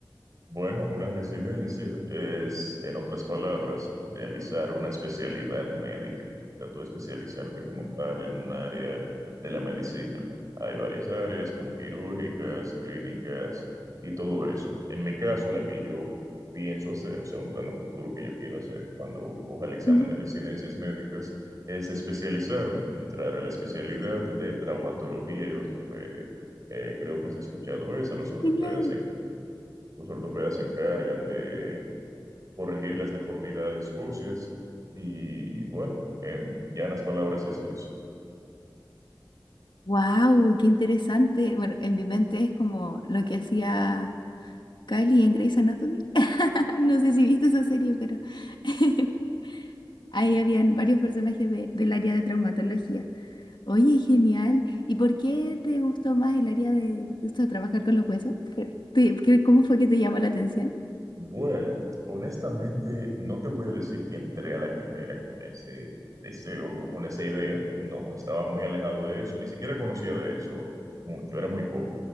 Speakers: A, on the right (about 45°); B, on the left (about 70°).
A: Bueno, una residencia es, en otras palabras, realizar una especialidad médica. O sea, tú especializarte como tal en un área de la medicina. Hay varias áreas como quirúrgicas, clínicas y todo eso. En mi caso, la que yo pienso hacer, o sea, un plano futuro que yo quiero hacer cuando coja el examen
B: Mm,
A: de residencias médicas, es especializarme, entrar a la especialidad de traumatología y ortopedia. Eh, creo que has escuchado esa, los ortopedas
B: Genial.
A: en los ortopedas se encargan de corregir las deformidades óseas y bueno, en llanas palabras es eso.
B: Wow, qué interesante. Bueno, en mi mente es como lo que hacía Kylie en Grey's Anatomy. <laughs> No sé si viste esa serie, pero <laughs> ahí habían varios personajes de- del área de traumatología. Oye, genial. ¿Y por qué te gustó más el área de esto de trabajar con los huesos? ¿Qué- te- qué- ¿Cómo fue que te llamó la atención?
A: Bueno, honestamente no te voy a decir que entré a la carrera con ese deseo, o con esa idea. No, estaba muy alejado de eso, ni siquiera conocía de eso mucho, era muy poco.